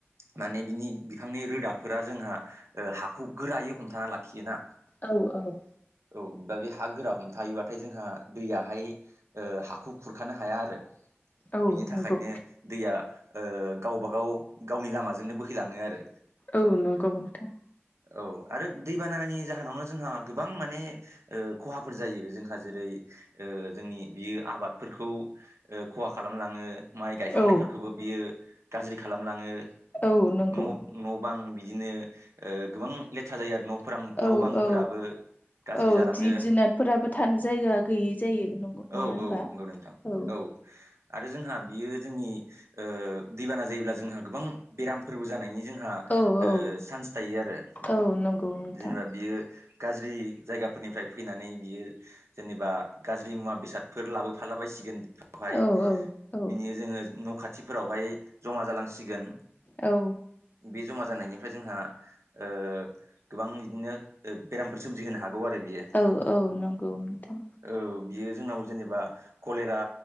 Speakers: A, on the right; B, on the left.
A: माने बिनि बिफांनि रोदाफोरा जोंहा ओ हाखौ गोरायै हमथाना लाखियोना
B: औ औ
A: औ दा बे हा गोरा हमथायोबाथाय जोंहा दैयाहाय हाखौ खुरखानो हाया आरो
B: औ
A: बिनि
B: नंगौ
A: थाखायनो दैया ओ गावबागाव गावनि लामाजोंनो बोहैलाङो आरो
B: औ नंगौ नोंथां
A: औ आरो दै बानानि जाहोनावनो जोंहा गोबां माने खहाफोर जायो जोंहा जेरै ओ जोंनि बियो आबादफोरखौ खहा खालामलाङो माइ गायखांनायफोरखौबो
B: औ
A: बियो गाज्रि खालामलाङो
B: औ नंगौ
A: न' न' बां बिदिनो गोबां लेथ्रा जायो आरो न' फोरां
B: औ
A: न' बांफोराबो
B: औ
A: गाज्रि
B: औ
A: जालाङो
B: जिब जुनारफोराबो थानो जायगा गैयै जायो नङा
A: औ
B: होनबा
A: औ नंगौ नोंथां
B: औ
A: <unintelligible> आरो जोंहा बियो जोंनि ओ दैबाना जायोब्ला जोंहा गोबां बेरामफोरबो जानायनि जोंहा
B: औ
A: ओ
B: औ
A: चान्स थायो आरो
B: औ नंगौ नोंथां
A: जेनेबा बियो गाज्रि जायगाफोरनिफ्राय फैनानै बियो जेनेबा गाज्रि मुवा बेसादफोर लाबोफाला बायसिगोन बेवहाय
B: औ औ औ
A: बिनि जोङो न' खाथिफोरावहाय जमा जालांसिगोन
B: औ
A: बे जमा जानायनिफ्राय जोंहा ओ गोबां बिदिनो बेरामफोर सोमजिहोनो हागोन गौ आरो बियो
B: औ औ नंगौ नोंथां
A: औ बियो जोंनाव जेनेबा कलेरा